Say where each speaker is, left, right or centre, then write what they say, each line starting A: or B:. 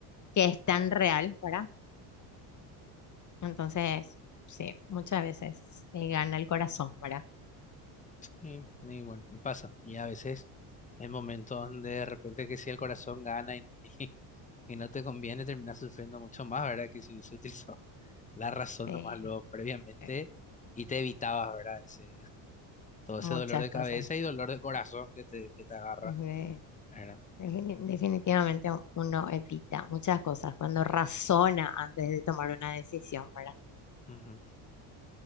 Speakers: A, on the left (about 40°); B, on the left (about 15°).
A: que es tan real, ¿verdad? Entonces, sí, muchas veces eh, gana el corazón, ¿verdad?
B: Sí, y bueno, y pasa. Y a veces en momentos donde de repente que si el corazón gana y, <laughs> y, no te conviene, terminas sufriendo mucho más, ¿verdad? Que si se utilizó <laughs> la razón
A: Eh,
B: nomás lo previamente
A: eh,
B: y te evitabas, ¿verdad? Ese, todo
A: muchas
B: ese dolor de
A: cosas.
B: cabeza y dolor de corazón que te, que te agarra,
A: Eh,
B: ¿verdad?
A: defini- definitivamente uno evita muchas cosas cuando razona antes de tomar una decisión, ¿verdad?
B: Ujú.